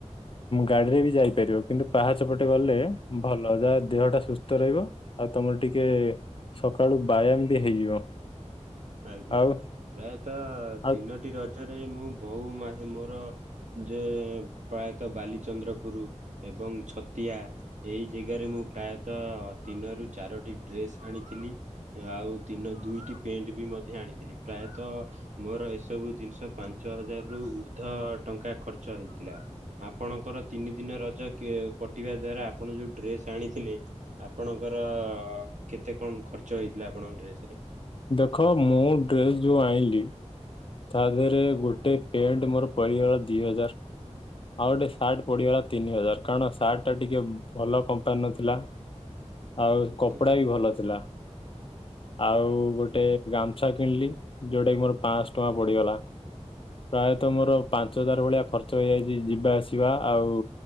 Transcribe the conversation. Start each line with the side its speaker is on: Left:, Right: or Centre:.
Left: ଗାଡିରେ ବି ଯାଇପାରିବ କିନ୍ତୁ ପାହାଚପଟେ ଗଲେ, ଭଲ ଯାହା ଦେହଟା ସୁସ୍ଥ ରହିବ। ଆଉ ତମର ଟିକେ ସକାଳୁ ବାୟାମ ବି ହେଇଯିବ।
Right: ଆଜ୍ଞା
Left: ଆଉ
Right: ପ୍ରାୟତଃ
Left: ଆଉ
Right: ତିନୋଟି ରଜରେ ମୁଁ ବୋଉ ମୋର। ଯେ ପ୍ରାୟତଃ ବାଲିଚନ୍ଦ୍ରପୁରୁ ଏବଂ ଛତିଆ ଏଇ ଜାଗାରେ ମୁଁ ମୁଁ ପ୍ରାୟତଃ ତିନରୁ ଚାରୋଟି ଡ୍ରେସ ଆଣିଥିଲି ଆଉ ତିନ ଦୁଇ ପେଣ୍ଟ ବି ମଧ୍ୟ ଆଣିଥିଲି। ପ୍ରାୟତଃ ମୋର ଏସବୁ ଜିନିଷ ପାଞ୍ଚ ହଜାରରୁ ଉର୍ଦ୍ଧ ଟଙ୍କା ଖର୍ଚ୍ଚ ହେଇଥିଲା। ଆପଣଙ୍କର ତିନି ଦିନ ରଜ କଟିବା ଦ୍ଵାରା ଆପଣ ଯୋଉ ଡ୍ରେସ୍ ଆଣିଥିଲେ, ଆପଣଙ୍କର କେତେ କଣ ଖର୍ଚ୍ଚ ହେଇଥିଲା, ଆପଣଙ୍କ ଡ୍ରେସ ରେ
Left: ଦେଖ ମୁଁ ଡ୍ରେସ୍ ଯେଉଁ ଆଇଁଲି। ତା ଦେହରେ ଗୋଟେ ପେଣ୍ଟ ମୋର ପରିଗଲା ଦି ହଜାର। ଆଉ ଗୋଟେ ସାର୍ଟ ପଡିଗଲା ତିନି ହଜାର କାରଣ ସାର୍ଟଟା ଟିକେ ଭଲ କମ୍ପାନୀ ନଥିଲା। ଆଉ
Right: ରେ?
Left: କପଡା ବି ଭଲ ଥିଲା। ଆଉ ଗୋଟେ ଗାମଛା କିଣିଲି ଯୋଉଟା କିି ମୋର ପାଁଶ ଟଙ୍କା ପଡିଗଲା। ପ୍ରାୟତଃ ମୋର ପାଞ୍ଚ ହଜାର ଭଳିଆ ଖର୍ଚ୍ଚ ହେଇଯାଇଛି, ଯିବା ଆସିବା ଆଉ